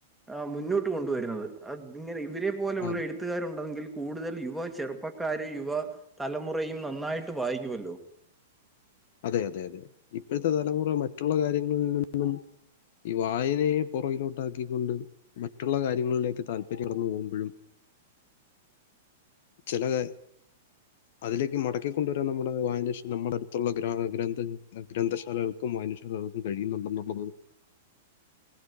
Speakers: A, in the centre; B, on the left.
A: ആഹ് മുന്നോട്ട് കൊണ്ടുവരുന്നത് അ ഇങ്ങനെ ഇവരെ പോലെയുള്ള
B: അത്
A: എഴുത്തുകാരുണ്ടെങ്കിൽ കൂടുതൽ യുവ ചെറുപ്പ ഉപ്പക്കാര് യുവ തലമുറയും നന്നായിട്ട് വായിക്കുവല്ലോ
B: അതെ അതെ അതെ ഇപ്പോഴത്തെ തലമുറ മറ്റുള്ള കാര്യങ്ങളിൽ നിന്നൊന്നും ഈ വായനയെ പുറകിലോട്ടാകൊണ്ട് മറ്റുള്ള കാര്യങ്ങളിലേക്ക് താല്പര്യം കടന്നു പോകുമ്പഴും ചിലക അതിലേക്ക് മടക്കിക്കൊണ്ടുവരാൻ നമ്മുടെ വായേഷം നമ്മുടെ അടുത്തുള്ള ഗ്ര ഗ്രന്ഥങ്ങ ഗ്രന്ഥശാലകൾക്കും വായന്യശാലകൾക്കും കഴിയുന്നുണ്ടെന്നള്ളത്